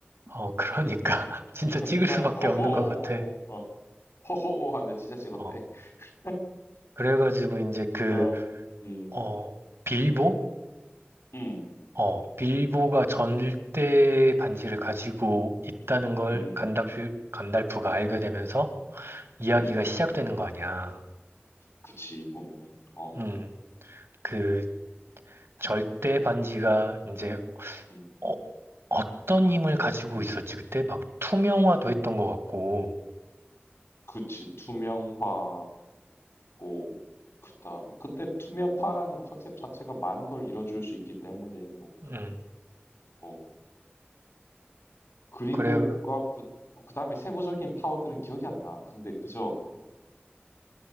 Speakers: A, on the right; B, on the left.
A: 어, 그러니까. <laughs> 진짜
B: <laughs>
A: 찍을
B: 그래서
A: 수밖에
B: 호호,
A: 없는 것 같아.
B: 어, 호호 하는데 진짜 찍었대.
A: 어,
B: <laughs>
A: 그래가지고 이제 그,
B: 어. 음.
A: 어, 빌보?
B: 음.
A: 어, 빌보가 전대 반지를 가지고
B: 음.
A: 있다는 걸
B: 음.
A: 간달프, 간달프가 알게 되면서 이야기가
B: 음.
A: 시작되는 거 아니야.
B: 그치 보면은. 어.
A: 음, 그 절대
B: 음.
A: 반지가 이제
B: 음.
A: 어, 어떤 힘을 가지고 있었지? 그때 막 투명화도 했던 것 같고.
B: 그치 투명화. 고 그다음에 근데 투명화라는 컨셉 자체가 많은 걸 이뤄줄 수 있기 때문에 뭐
A: 음,
B: 어, 그리고가
A: 그래요.
B: 그 어, 그다음에 세부적인 파워들은 기억이 안 나. 근데 그저